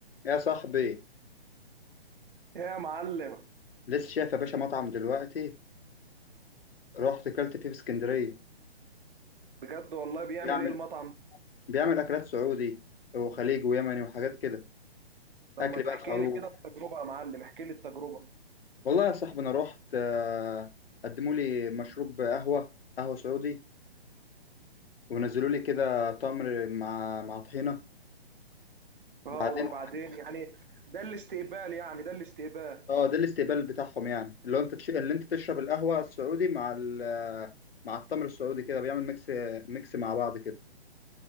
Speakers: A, on the left; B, on the right.
A: يا صاحبي
B: يا معلم
A: لسه شايف يا باشا مطعم دلوقتي رحت اكلت فيه في اسكندريه
B: بجد والله بيعمل
A: بيعمل
B: ايه المطعم ده
A: بيعمل اكلات سعودي وخليجي ويمني وحاجات كده اكل
B: لما تحكي
A: بقى الخروف
B: لي كده التجربة يا معلم احكي لي التجربة
A: والله يا صاحبي انا رحت آه، قدموا لي مشروب قهوه قهوه سعودي ونزلوا لي كده تمر مع مع طحينه
B: اه
A: بعدين
B: وبعدين يعني ده الاستقبال يعني ده الاستقبال
A: اه ده الاستقبال بتاعهم يعني اللي هو انت تش... اللي انت تشرب القهوه السعودي مع ال... مع التمر السعودي كده بيعمل ميكس ميكس مع بعض كده